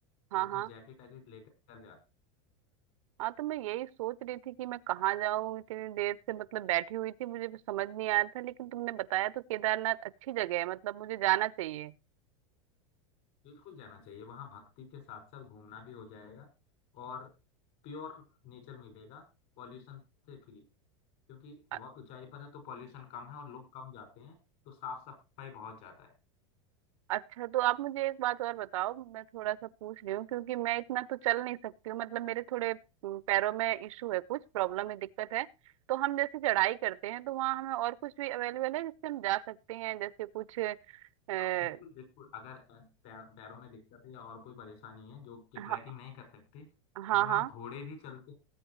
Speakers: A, on the right (about 85°); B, on the left (about 55°).
A: हाँ
B: वो अपनी
A: हाँ
B: जैकेट वैकेट लेकर जाते हैं।
A: हाँ तो मैं यही सोच रही थी कि मैं कहाँ जाऊँ इतनी देर से मतलब बैठी हुई थी मुझे भी समझ नहीं आया था लेकिन तुमने बताया तो केदारनाथ अच्छी जगह है मतलब मुझे जाना चाहिए
B: बिल्कुल जाना चाहिए वहां भक्ति के साथ साथ घूमना भी हो जाएगा और प्योर नेचर मिलेगा पॉल्यूशन से फ्री क्योंकि बहुत
A: अ-
B: ऊंचाई पर है तो पॉल्यूशन कम है और लोग कम जाते हैं तो साफ सफाई बहुत ज्यादा है
A: अच्छा तो आप मुझे एक बात और बताओ मैं थोड़ा सा पूछ रही हूँ क्योंकि मैं इतना तो चल नहीं सकती हूँ मतलब मेरे थोड़े अम, पैरों में इशू है कुछ प्रॉब्लम है दिक्कत है तो हम जैसे चढ़ाई करते हैं तो वहाँ हमें और कुछ भी अवेलेबल है जिससे हम जा सकते हैं जैसे कुछ अ,
B: हाँ बिल्कुल बिल्कुल अगर अ, पैर, पैरों में दिक्कत है या और कोई परेशानी है जो कि
A: हाँ
B: ट्रैकिंग नहीं कर सकती तो
A: हाँ
B: वहाँ
A: हाँ,
B: घोड़े भी चलते हैं,